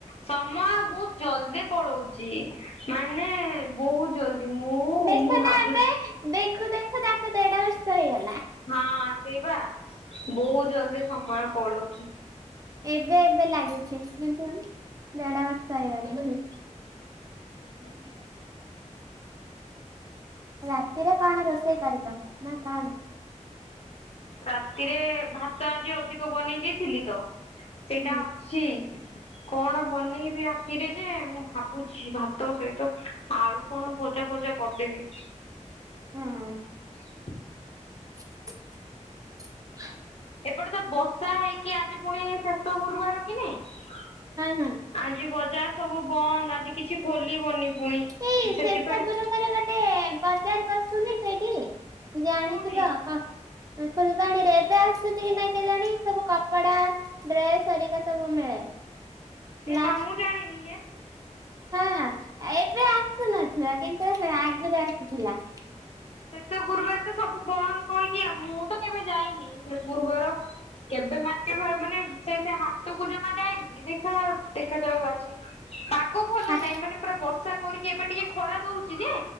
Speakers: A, on the left; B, on the right.
A: ସମୟ ବହୁତ ଜଲଦି ପଳଉଚି ମାନେ ବହୁ ଜଲଦି ମୁଁ
B: ଦେଖ
A: ମୁଁ ଭାବୁଛି।
B: ନା ଏବେ ଦେଖୁ ଦେଖୁ ତାକୁ ଦେଢ ବର୍ଷ ହେଇଗଲା।
A: ହଁ ସେଇ ବା ବହୁ ଜଲଦି ସମୟ ପଲଉଚି।
B: ଏବେ ଏବେ ଲାଗୁଛି କିନ୍ତୁ ଦେଢ ବର୍ଷ ହେଇଗଲାଣି।
A: ହୁଁ,
B: ରାତିରେ କଣ ରୋଷେଇ କରିବ ନା କଣ?
A: ରାତି ରେ ଭାତ ଆଜି ଅଧିକ ବନେଇ ଦେଇଥିଲି ତ ସେଇଟା
B: ହୁଁ
A: ଅଛି। କଣ ବନେଇବି ରାତିରେ ଯେ ମୁଁ ଭାବୁଛି ଭାତ ସହିତ ଆଳୁ କଣ ବ ଭଜା ଫଜା କରିଦେବି।
B: ହୁଁ ହୁଁ,
A: <inaudible>
B: ହ <inaudible>
A: ଏପଟେ ତ ବର୍ଷା ହେଇକି ଆଜି ପୁଣି ଶେଷ ଗୁରୁବାର କି ନାଇଁ।
B: ହଁ
A: ଆଜି ବଜାର ସବୁ ବନ୍ଦ ଆଜି କିଛି ଖୋଲିବନି ପୁଣି
B: ଏଇ
A: ସେଥିପାଇଁ
B: ସେସବୁରୁ କୁଆଡ଼େ ଗୋଟେ ବଜାର ବସୁନି ହେଇଟି ଜାଣିଥିବ
A: କୋଉଠି
B: କ ଫୁଲବାଣୀରେ ଏବେ ଆସୁଛି କି ନାଇଁ କେଜାଣି ସବୁ କପଡା ଡ୍ରେସହରିକା ସବୁ ମିଳେ।
A: ଏ
B: ଲାଷ୍ଟ
A: ମା ମୁଁ ଜାଣନି ହେ।
B: ହଁ ଏବେ ଆସୁନଥିଲା କିନ୍ତୁ ସେ ଆଗରୁ ଆସୁଥିଲା।
A: ଶେଷ ଗୁରୁବାର ତ ସବୁ ବନ୍ଦ କହିକି ଆଉ ମୁଁ ତ କେବେ ଯାଇନି ଗୁରୁବାର କେବେ ମାର୍କେଟ ମାନେ ସେ ସେ ହଟକୁ ଜମା ଯାଇନି ଦେଖା ଦେଖାଯାଉଅଛି। ଆଗ ଭଲ
B: ହଁ
A: ନାହିଁ ମାନେ ପୁରା ବର୍ଷା କରିକି ଏବେ ଟିକେ ଖରା ଦଉଛି ଯେ